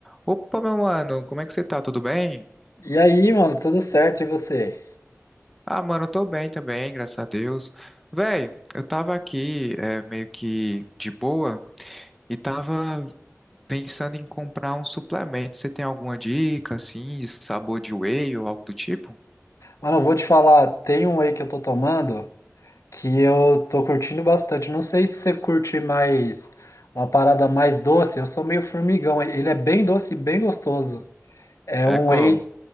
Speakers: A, in the centre; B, on the left.
A: Opa, meu mano, como é que você tá? Tudo bem?
B: E aí, mano, tudo certo? E você?
A: Ah, mano, eu tô bem também, graças a Deus. Véi, eu tava aqui é, meio que de boa e tava pensando em comprar um suplemento. Você tem alguma dica, assim, de sabor de whey ou algo do tipo?
B: Mano, eu vou te falar, tem um whey que eu tô tomando que eu tô curtindo bastante. Não sei se você curte mais uma parada mais doce. Eu sou meio formigão. Ele é bem doce e bem gostoso. É
A: É
B: um
A: qual?
B: whey,